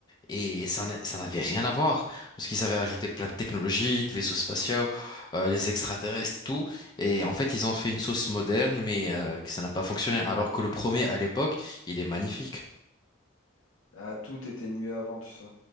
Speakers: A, on the left; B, on the left.
A: Et ça n'a- ça n'avait rien à voir, parce qu'ils avaient ajouté plein de technologies, de vaisseaux spatiaux, euh, les extraterrestres et tout. Et en fait, ils ont fait une sauce moderne, mais euh, que ça n'a pas fonctionné. Alors que le premier, à l'époque, il est magnifique.
B: Ah, tout était mieux avant, tu sais.